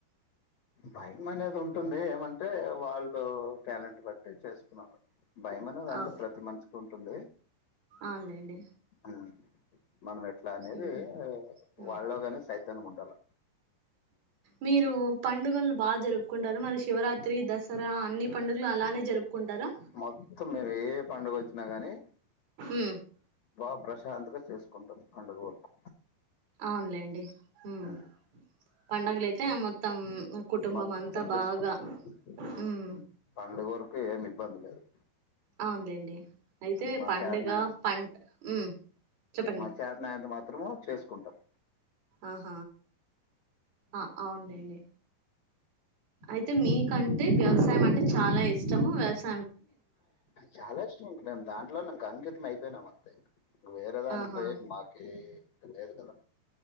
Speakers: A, on the left; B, on the right.
A: భయం అనేది ఉంటుంది ఏమంటే వాళ్ళు టాలెంట్ బట్టి చేసుకున్నారు భయమనేది అందరు
B: ఓకే
A: ప్రతి మనిషి ఉంటుంది
B: అవునులేండి
A: ఉమ్, మనం ఎట్లా అనేది
B: ఉహు ఉమ్.
A: వాళ్ళలో కాని సై త్తను ముండాల
B: మీరు పండుగలను బా జరుపుకుంటారు మరి శివరాత్రి దసరా అన్ని పండుగలు అలానే జరుపుకుంటారా
A: మొత్తం మేము ఏ పండుగ వచ్చినా గానీ
B: ఉ
A: బా ప్ర ప్రశాంతంగా చేసుకుంటాం పండుగ వరకు
B: అవునులేండి హ్మ్
A: ఉమ్.
B: పండగలు అయితే ఆ మొత్తం కుటుంబం
A: మొత్తం
B: అంతా
A: చేసుకుంటారు
B: బాగా
A: హ్మ్
B: ఉమ్
A: మ్మ్ పండుగరకు ఏమి ఇబ్బంది లేదు
B: అవునులేండి అయితే
A: మా
B: పండుగ
A: చేతనాయ
B: పంట ఉమ్ చెప్పండి
A: మా చేతనాయంత మాత్రము చేసుకుంటం
B: ఆహ ఆ అవునులెండి అయితే మీకంటే వ్యవసాయం అ అంటే చాలా ఇష్టము వ్యవసా
A: చాలా ఇష్టం ఇంక నేను దాంట్లో నాకు అంకిత అయిపోయినామంతే ఇక వేరేదానికి
B: ఆహా
A: పోయేది మాకే లేదుకదా